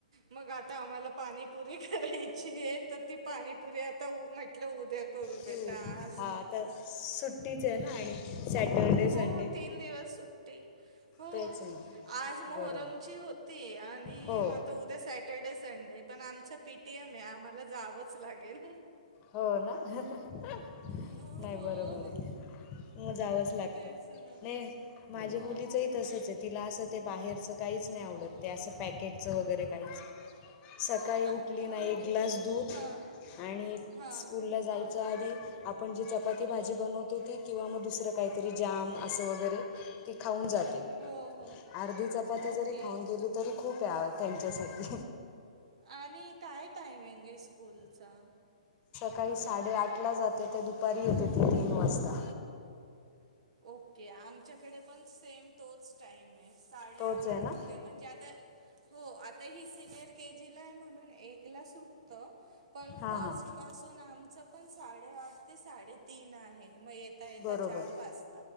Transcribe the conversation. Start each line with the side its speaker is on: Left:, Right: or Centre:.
Right: मग आता आम्हाला पाणीपुरी करायची आहे तर ती पाणीपुरी आता म्हटलं उद्या करू बेटा
Left: क्यूट
Right: आज
Left: हा
Right: नको
Left: तर सुट्टीचेना आणि सॅटरडे
Right: हो
Left: संडे
Right: हो तीन दिवस सुट्टी हो
Left: तेच ना
Right: आज मोहरमची
Left: बरोबर.
Right: होती आणि
Left: हो
Right: आता उद्या स्याटरडे संडे पण आमच पीटीएम आहे आम्हाला जावंच लागेल.
Left: हो ना नाही
Right: हो
Left: बरोबर आहे मग जावा. वच
Right: तेच
Left: लागत
Right: ना
Left: नाही माझी
Right: हो
Left: मुलीचही तसचे तिला असं ते बाहेरचं काहीच नाही आवडत ते असं पॅकेटचं वगैरे काहीच सकाळी
Right: आ
Left: उठली
Right: आ म्हणजे
Left: ना एक ग्लास दूध
Right: हां
Left: आणि
Right: हां
Left: स्कुलला जायच आधी आपण जी चपाती भाजी बनवतो ती किंवा मग दुसरं काहीतरी जाम असं वगैरे ती खाऊन जा ते
Right: हो हो
Left: अर्धी चपाती
Right: ओके
Left: जरी खाऊन गेली तरी खूपे त्यांच्यासाठी
Right: आणि काय टाइमिंगे स्कूलचा
Left: सकाळी साडेआठला जाते ते दुपारी येते ती तीन वाजता
Right: ओके आमच्याकडे पण सेम तोच टाइमाय. साडेआठ
Left: तोच आहे ना
Right: ते म्हणजे आता हो आता ही सिनियर के जीला आहे म्हणून एक कला सुटत पण
Left: हां
Right: फर्ट
Left: हां
Right: पासून आमच पण साडे आठ ते साडेतीन आहे मग येता येता
Left: बरोबर
Right: चार वाज